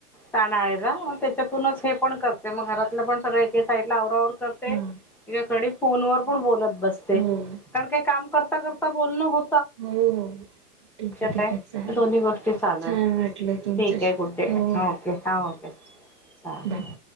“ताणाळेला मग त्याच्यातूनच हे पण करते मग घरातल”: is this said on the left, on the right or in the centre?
Centre